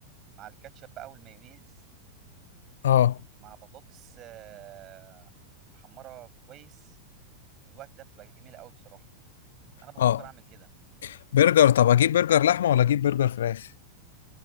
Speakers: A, on the right (about 35°); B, on the left (about 60°).
A: مع الكاتشب بقى والمايونيز
B: اه
A: مع بطاطس آه، محمره كويس في الوقت ده بتبقى جميله قوي بصراحه انا بفكر
B: اه
A: اعمل كده
B: برجر طب اجيب برجر لحمه ولا اجيب برجر فراخ